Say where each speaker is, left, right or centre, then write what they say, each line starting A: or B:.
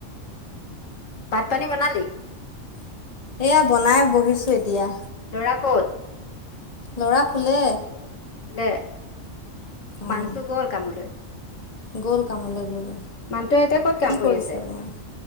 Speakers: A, on the left; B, on the left.
A: ভাত পানী বনালি
B: এয়া বনাই বহিছো এতিয়া
A: লৰা ক'ত?
B: ল'ৰা শুলে।
A: শুলে,
B: অঁ
A: মানুহটো গল কামলৈ।
B: গল কামলে গ'ল।
A: মানুহটোৱে এতিয়া ক'ত কাম
B: কি
A: কৰি
B: কৰিছে
A: আছে?
B: <unintelligible>